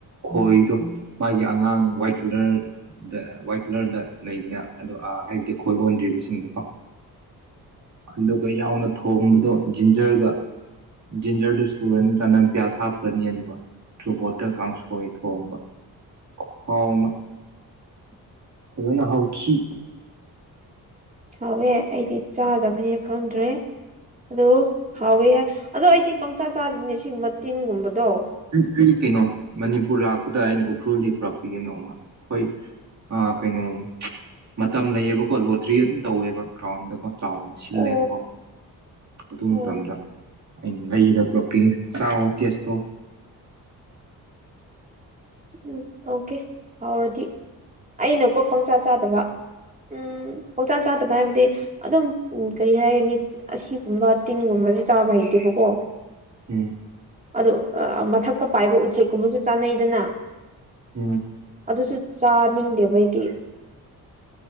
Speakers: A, on the right (about 45°); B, on the right (about 20°).
A: ꯈꯣꯏꯗꯣ ꯃꯥꯒꯤ ꯑꯉꯥꯡ ꯋꯥꯏꯠ ꯀꯂꯔꯗ ꯋꯥꯏꯠ ꯀꯂꯔꯗ ꯂꯩꯕꯅꯦ ꯑꯗꯣ ꯍꯥꯏꯕꯗꯤ ꯈꯣꯏ ꯑꯣꯟꯗ꯭ꯔꯤꯕꯁꯤꯡꯗꯣꯀꯣ ꯑꯗꯨꯒ ꯌꯥꯎꯅ ꯊꯣꯡꯕꯗꯣ ꯖꯤꯟꯖꯔꯒ ꯖꯤꯟꯖꯔꯗꯨ ꯁꯨꯔꯅꯤ ꯆꯅꯝ ꯄꯤꯌꯥꯁ ꯍꯥꯞꯈ꯭ꯔꯅꯤ ꯑꯗꯨꯒ ꯆꯨꯕꯣꯠꯀ ꯀꯥꯡꯁꯣꯏ ꯊꯣꯡꯕ ꯈꯨ ꯍꯥꯎ ꯑꯃ
B: <unintelligible>
A: ꯐꯖꯅ ꯍꯥꯎꯈꯤ
B: ꯍꯥꯎꯋꯦ ꯑꯩꯗꯤ ꯆꯥꯗꯕꯅꯤꯅ ꯈꯪꯗ꯭ꯔꯦ ꯑꯗꯨ ꯍꯥꯎꯋꯦ ꯑꯗꯣ ꯑꯩꯗꯤ ꯄꯪꯆꯥ ꯆꯥꯗꯅꯦ ꯁꯤꯁꯤꯡ ꯃꯇꯤꯟꯒꯨꯝꯕꯗꯣ
A: ꯀꯔꯤ ꯀꯩꯅꯣ ꯃꯅꯤꯄꯨꯔ ꯂꯥꯛꯄꯗ ꯑꯩꯅ ꯎꯈ꯭ꯔꯨꯜꯗꯤ ꯄꯨꯔꯛꯄꯤꯒꯦ ꯅꯣꯡꯃꯍꯣꯏ ꯑ ꯀꯩꯅꯣ ꯃꯇꯝ ꯂꯩꯌꯦꯕꯀꯣ ꯂꯣꯇ꯭ꯔꯤ ꯑꯗꯨꯝ ꯇꯧꯋꯦꯕ ꯒ꯭ꯔꯥꯎꯟꯗꯀꯣ ꯆꯥꯎꯅ ꯁꯤꯜꯂꯦꯕꯀꯣ
B: ꯑꯣ
A: ꯑꯗꯨ
B: ꯑꯣ
A: ꯃꯇꯝꯗ ꯑꯩꯅ ꯂꯩꯔꯥ ꯄꯨꯔꯛꯞꯤꯒꯦ ꯆꯥꯑꯣ ꯇꯦꯁꯠ ꯇꯧꯑꯣ
B: ꯎꯝ ꯇꯧꯒꯦ ꯍꯥꯎꯔꯗꯤ ꯑꯩꯅꯀꯣ ꯄꯪꯆꯥ ꯆꯥꯗꯕ ꯎꯝ ꯄꯪꯆꯥ ꯆꯥꯗꯕ ꯍꯥꯏꯕꯗꯤ ꯑꯗꯨꯝ ꯀꯔꯤ ꯍꯥꯏꯒꯅꯤ ꯑꯁꯤꯒꯨꯝꯕ ꯇꯤꯟꯒꯨꯝꯕ ꯆꯥꯕ ꯍꯩꯇꯦꯕꯥ ꯀꯣ
A: ꯎꯝ
B: ꯑꯗꯨ ꯃꯊꯛꯇ ꯄꯥꯏꯕ ꯎꯆꯦꯛꯀꯨꯝꯕꯁꯨ ꯆꯥꯅꯩꯗꯅ
A: ꯎꯝ
B: ꯑꯗꯨꯁꯨ ꯆꯥꯅꯤꯡꯗꯦꯕ ꯑꯩꯗꯤ